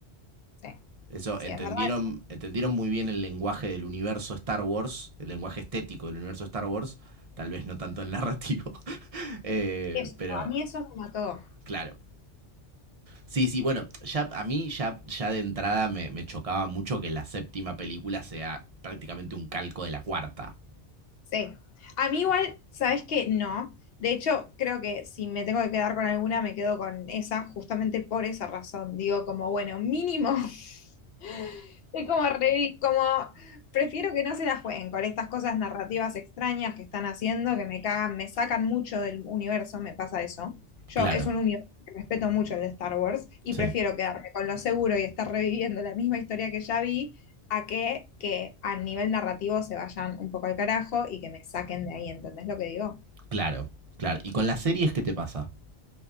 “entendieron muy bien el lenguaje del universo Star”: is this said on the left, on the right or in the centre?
Right